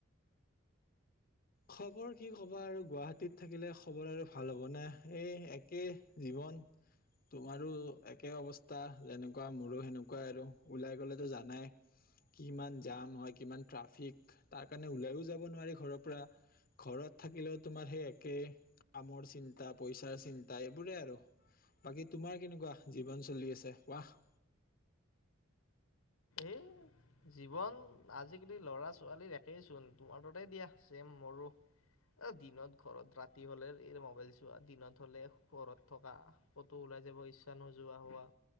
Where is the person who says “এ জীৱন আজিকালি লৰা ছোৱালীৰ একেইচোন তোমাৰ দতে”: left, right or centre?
Left